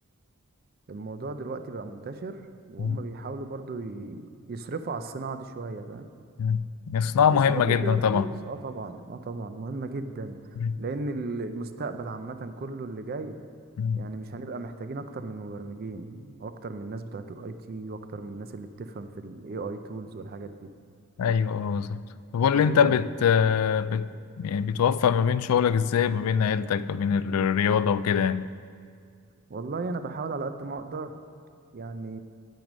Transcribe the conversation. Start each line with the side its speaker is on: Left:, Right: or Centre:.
Right: الموضوع دلوقتي بقى منتشر وهم
Left: مم.
Right: بيحاولوا برضو ي- يصرفوا على الصناعة دي شوية فاهم
Left: مم. الصناعة مهمة
Right: يصرفوا
Left: جدا
Right: فيها فلوس
Left: طبعا
Right: اه طبعا اه طبعا مهمة جدا
Left: مم.
Right: لأن ال- المستقبل عامة كله اللي جاي
Left: مم.
Right: يعني مش هنبقى محتاجين أكتر من مبرمجين وأكتر من الناس بتوعة ال IT وأكتر من الناس اللي بتفهم في ال AI tools والحاجات دي
Left: ايوه اه بالظبط طب
Right: فطبيعي
Left: قول لي انت بت, آه، بت... يعني بتوفق ما بين شغلك ازاي ما بين عيلتك ما بين الرياضة وكده يعني
Right: والله أنا بحاول على قد ما أقدر يعني